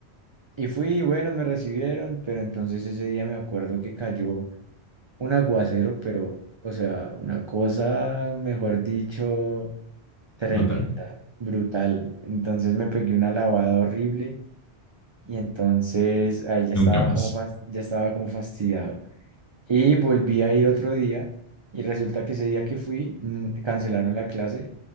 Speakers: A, on the right (about 45°); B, on the left (about 20°).
A: y fui, y bueno, me recibieron, pero entonces ese día me acuerdo que cayó un aguacero, pero, o sea, una cosa, mejor dicho, tremenda,
B: Brutal.
A: brutal. Entonces me pegué una lavada horrible Y entonces ahí ya
B: Nunca
A: estaba
B: más.
A: como, fas- ya estaba como fastidiado. Y volví a ir otro día y resulta que ese día que fui mm, cancelaron la clase